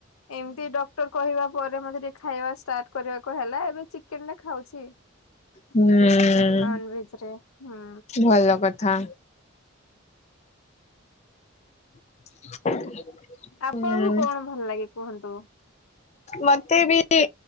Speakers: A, on the left; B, on the left.
A: ଏମତି ଡକ୍ଟର କହିବା ପରେ ମତେ ଟିକେ ଖାଇବା ଷ୍ଟାର୍ଟ କରିବା <unintelligible> ଏବେ ଚିକେନ ଟା ଖାଉଚି।
B: ହୁଁ
A: ନନଭେଜରେ ହୁଁ।
B: ଭଲ କଥା <inaudible>
A: ଆପଣଙ୍କୁ
B: ହୁଁ
A: କଣ ଭଲ ଲାଗେ କୁହନ୍ତୁ?
B: ମତେ ବି